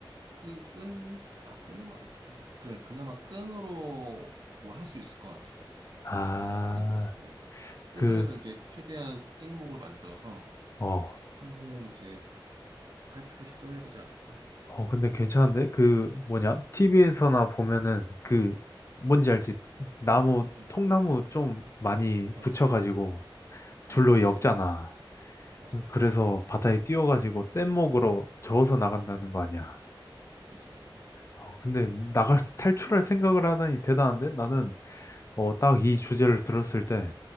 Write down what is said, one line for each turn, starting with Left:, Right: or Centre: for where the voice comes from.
Right: 끈, 끈, 아, 끈으로 안 돼. 그래, 그나마 끈으로 뭘 할 수 있을 것 같아.
Left: 아,
Right: 그래서 끈이 있죠. 끈을
Left: 그,
Right: 해서 이제 최대한 땡목을 만들어서
Left: 어,
Right: 한번 이제 탈출을 시도해야 되지 않을까?
Left: 어, 근데 괜찮은데? 그, 뭐냐? TV에서나
Right: 응,
Left: 보면은 그, 뭔지 알지? 나무,
Right: 응,
Left: 통나무 좀 많이
Right: 맞아,
Left: 붙여가지고
Right: 맞아,
Left: 줄로
Right: 맞아,
Left: 엮잖아.
Right: 맞아, 맞아.
Left: 그래서 바다에 띄워가지고 뗏목으로 저어서 나간다는 거 아니야.
Right: 그치?
Left: 어, 근데 나갈 <laughs> 탈출할 생각을 하다니 대단한데 나는 어, 딱 이 주제를 들었을 때